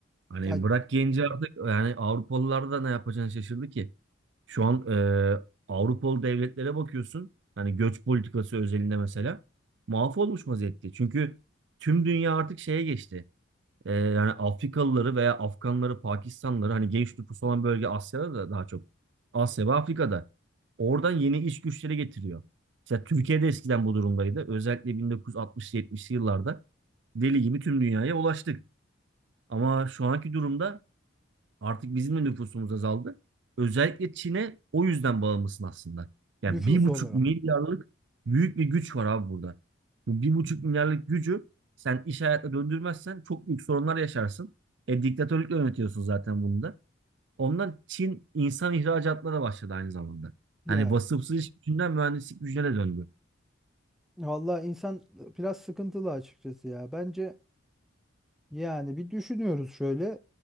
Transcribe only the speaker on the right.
Hani
bırak genci artık yani Avrupalılar da ne yapacağını şaşırdı ki. Şu an e, Avrupalı devletlere bakıyorsun. Hani göç politikası özelinde mesela mahvolmuş vaziyette. Çünkü tüm dünya artık şeye geçti. E, yani Afrikalıları veya Afganları, Pakistanlıları hani genç nüfus olan bölge Asya'da da daha çok. Asya ve Afrika'da. Oradan yeni iş güçleri getiriyor. Mesela Türkiye'de eskiden bu durumdaydı. Özellikle 1960-70'li yıllarda deli gibi tüm dünyaya ulaştık. Ama şu anki durumda Artık bizim de nüfusumuz azaldı. Özellikle Çin'e o yüzden bağımlısın aslında. Yani
bir buçuk
milyarlık büyük bir güç var abi burada. Bu bir buçuk milyarlık gücü sen iş hayatına döndürmezsen çok büyük sorunlar yaşarsın. E diktatörlükle yönetiyorsun zaten bunu da. Ondan Çin insan ihracatına da başladı aynı zamanda.
Hani vasıfsız iş gücünden mühendislik gücüne de döndü.